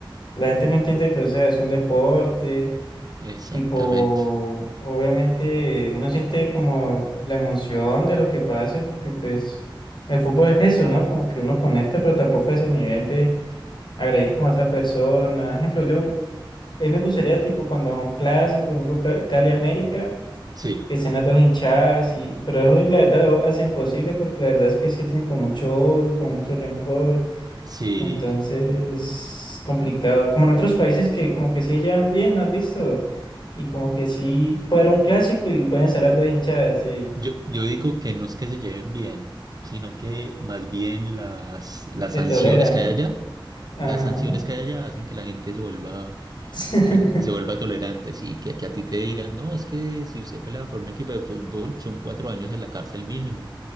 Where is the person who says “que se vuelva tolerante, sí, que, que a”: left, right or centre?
Right